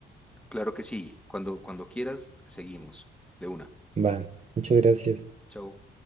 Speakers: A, in the centre; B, on the right (about 35°).
A: Claro que sí, cuando, cuando quieras, seguimos. De una.
B: Va, muchas gracias.
A: Chao.